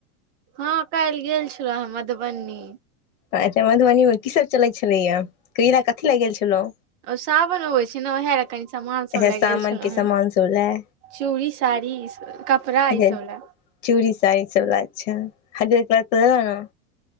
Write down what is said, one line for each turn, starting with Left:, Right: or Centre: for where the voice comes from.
Right: हँ काल्ह गेल छलौं मधुबनी।
Left: अच्छा मधुबनी में की सब चलै छलैए, कथी लए गेल छलहुँ।
Right: ओ साबन आबै छै ने ओएह ले कनि समान सब
Left: अच्छा
Right: लए
Left: सामान
Right: गेल छलहुँ
Left: के सामान
Right: हॉं,
Left: सब लए
Right: चूड़ी, साड़ी, इ कपड़ा
Left: अच्छा
Right: ईसब लए।
Left: चूड़ी साड़ी सब लऽ अच्छा, हरियर तैक के लेलहूं ने।